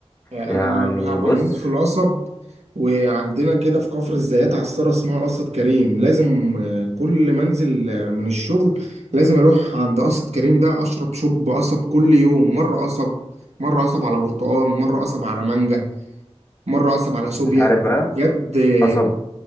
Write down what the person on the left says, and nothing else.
يعني
بص
انت عارف بقى
قصب